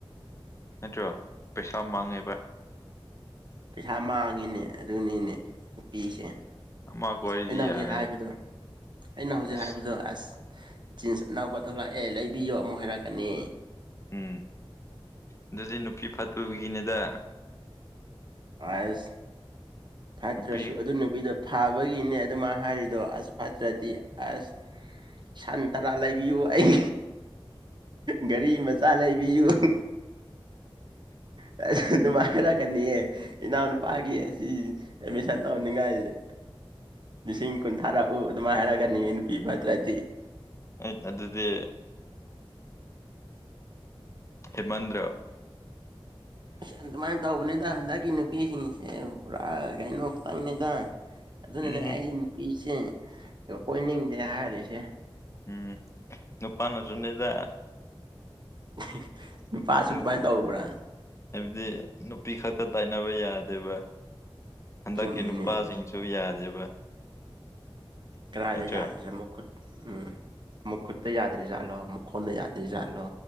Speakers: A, on the left (about 30°); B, on the right (about 50°).
A: ꯅꯠꯇ꯭ꯔꯣ ꯄꯩꯁꯥ ꯃꯥꯡꯉꯦꯕ
B: ꯄꯩꯁꯥ ꯃꯥꯡꯉꯤꯅꯦ ꯑꯗꯨꯅꯤꯅꯦ ꯅꯨꯄꯤꯁꯦ
A: ꯑꯃ ꯀꯣꯏꯔꯗꯤ
B: ꯑꯩꯅ ꯍꯧꯖꯤꯛ
A: ꯌꯥꯔꯦ
B: ꯍꯥꯏꯕꯗꯣ ꯑꯩꯅ ꯍꯧꯖꯤꯛ
A: ꯑꯁ
B: ꯍꯥꯏꯕꯗꯣ ꯑꯁ ꯖꯤꯟꯁ ꯑꯅꯕ ꯊꯣꯛꯂꯛꯑꯦ ꯂꯩꯕꯤꯌꯣ ꯑꯃꯨꯛ ꯍꯥꯏꯔꯛꯀꯅꯤ
A: ꯎꯝ ꯑꯗꯨꯗꯤ ꯅꯨꯄꯤ ꯐꯠꯇꯕꯒꯤꯅꯦꯗ
B: ꯑꯁ ꯐꯠꯇ꯭ꯔꯁꯨ
A: ꯅꯨꯄꯤ
B: ꯑꯗꯨ ꯅꯨꯕꯤꯗ ꯊꯥꯕꯒꯤꯅꯦ ꯑꯗꯨꯃꯥꯏꯅ ꯍꯥꯏꯔꯤꯗꯣ ꯑꯁ ꯐꯠꯇ꯭ꯔꯗꯤ ꯑꯁ ꯁꯟ ꯇꯔꯥ ꯂꯩꯕꯤꯌꯨ ꯑꯩ ꯒꯥꯔꯤ ꯃꯆꯥ ꯂꯩꯕꯤꯌꯨ
A: <inaudible>
B: ꯑ ꯑꯗꯨꯅꯨꯡꯃꯥꯏ ꯍꯥꯏꯔꯛꯀꯅꯤꯌꯦ ꯏꯅꯥꯎ ꯅꯨꯄꯥꯒꯤ ꯑꯁꯤ ꯑꯦꯃꯤꯁꯟ ꯇꯧꯍꯟꯅꯤꯡꯉꯥꯏꯁꯦ
A: <inaudible>
B: ꯂꯤꯁꯤꯡ ꯀꯨꯟꯊꯥꯔꯥꯛꯎ ꯑꯗꯨꯃꯥꯏꯅ ꯍꯥꯏꯔꯛꯒꯅꯦꯦ ꯅꯨꯄꯤꯤꯕꯠꯇ꯭ꯔꯗꯤ
A: ꯑ ꯑꯗꯨꯗꯗꯤ ꯍꯤꯃꯟꯗ꯭ꯔ
B: ꯑꯁ ꯑꯗꯨꯃꯥꯏꯅ ꯇꯧꯕꯅꯤꯗ ꯍꯟꯗꯛꯀꯤ ꯅꯨꯄꯤꯁꯤꯡꯁꯦ ꯄꯨꯔꯥ ꯀꯩꯅꯣ ꯈꯛꯇꯪꯅꯤꯗ ꯑꯗꯨꯅꯅꯦ
A: ꯎꯝ
B: ꯑꯩꯗꯤ ꯅꯨꯄꯤꯁꯦ ꯀꯣꯏꯅꯤꯡꯗꯦ ꯍꯥꯏꯔꯤꯁꯦ
A: ꯎꯝ ꯅꯨꯄꯥꯅꯁꯨꯅꯤꯗ
B: <inaudible>
A: ꯅꯨ
B: ꯑꯗꯨꯃꯥꯏꯅ ꯇꯧꯕ꯭ꯔꯥ
A: ꯍꯥꯏꯕꯗꯤ ꯅꯨꯄꯤ ꯈ ꯍꯛꯇ ꯇꯥꯏꯅꯕ ꯌꯥꯗꯦꯕ ꯍꯟꯗꯛꯀꯤ
B: ꯆꯨꯝꯃꯤꯅꯦ
A: ꯅꯨꯄꯥꯁꯤꯡꯁꯨ
B: ꯑꯗꯨꯁꯨ
A: ꯌꯥꯗꯦꯕ
B: ꯀꯗꯥꯥꯏꯗ
A: ꯅꯠꯇ꯭ꯔꯣ
B: ꯌꯥꯗꯁꯦ ꯃꯈꯨꯨꯠ ꯎꯝ ꯃꯈꯨꯨꯠ ꯇ ꯌꯥꯗ꯭ꯔꯔꯤꯖꯥꯠꯂꯣ ꯃꯈꯣꯟꯗ ꯌꯥꯗ꯭ꯔꯤꯖꯥꯠꯂꯣ